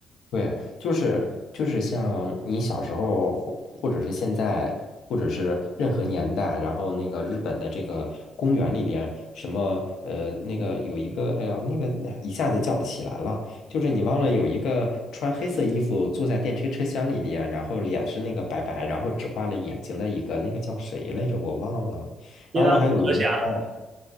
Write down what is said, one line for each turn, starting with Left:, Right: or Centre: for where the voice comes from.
Left: 对，就是就是像你小时候，或或者是现在，或者是任何年代，然后那个日本的这个公园里边，什么呃那个有一个，哎呀，那个那一下子叫不起来了，就是你忘了有一个穿黑色衣服坐在电车车厢里边，然后脸是那个白白，然后只画了眼睛的一个，那个叫谁来着？我忘了。
Right: 你当蛇侠
Left: 然后还有龙猫。